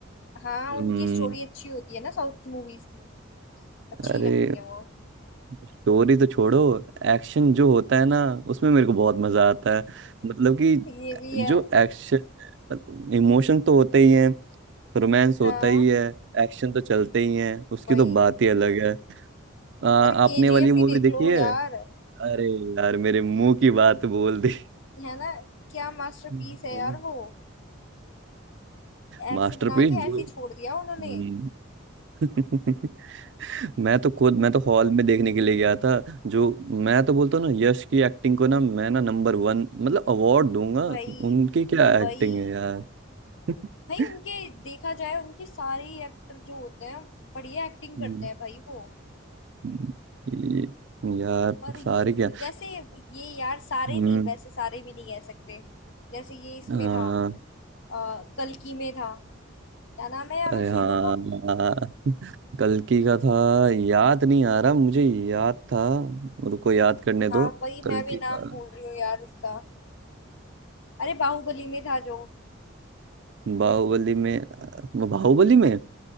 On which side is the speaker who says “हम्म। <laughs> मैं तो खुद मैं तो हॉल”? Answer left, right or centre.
Right